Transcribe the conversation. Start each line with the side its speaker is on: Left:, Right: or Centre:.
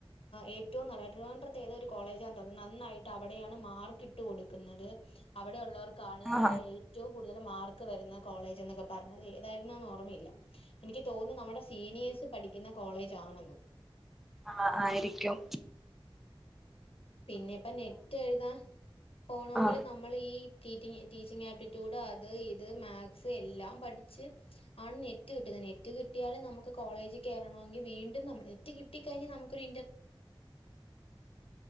Left: ഏറ്റവും നല്ല ട്ട്രിവാണ്ടത്തെ ഏധോ ഒരു കോളേജാ തോന്നുന്നത് നന്നായിട്ട് അടെ മാർക്ക് ഇട്ട് കൊടുക്കുന്നത് അവിടെ ഉള്ളവർക്കാണ്
Centre: ആ
Left: ഏറ്റവും കൂടുതൽ മാർക്ക് വരുന്ന കോളേജ് എന്നൊക്കെ പറഞ് ഏതായിന്നന്ന് ഓർമ്മയില്ല എനിക്ക് തോന്നുന്നു നമ്മുടെ സീനിയേഴ് പഠിക്കുന്ന കോളേജാണെന്ന്
Centre: ആഹ ആയിരിക്കും.
Left: പിന്നെ ഇപ്പം നെറ്റ് എഴുതാൻ പോണങ്കി
Centre: ആ
Left: നമ്മൾ ഈ ടീച്ചി ടീച്ചിങ് ആപ്റ്റിറ്റ്യൂഡ് അത് ഇത് മാക്സ് എല്ലാം പഠിച്ച് ആണ് നെറ്റ് കിട്ടുന്നത് നെറ്റ് കിട്ടിയാലും നമുക്ക് കോളേജിൽ കേറണമെങ്കി വീണ്ടുംനമ് നെറ്റ് കിട്ടിക്കഴിഞ്ഞ നമുക്കൊരു ഇ